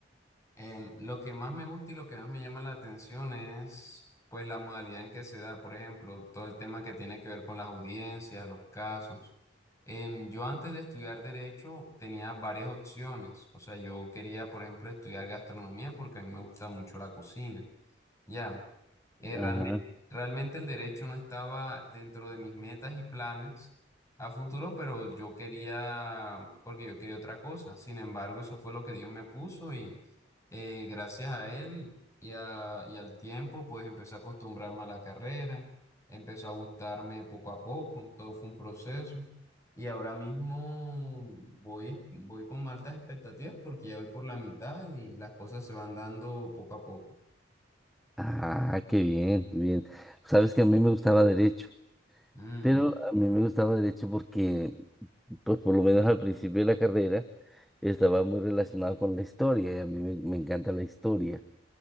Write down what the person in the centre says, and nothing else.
Ajá.
Ah, qué bien, bien. Sabes que a mí me gustaba derecho,
pero a mí me gustaba derecho porque, pues por lo menos al principio de la carrera, estaba muy relacionado con la historia y a mí me me encanta la historia.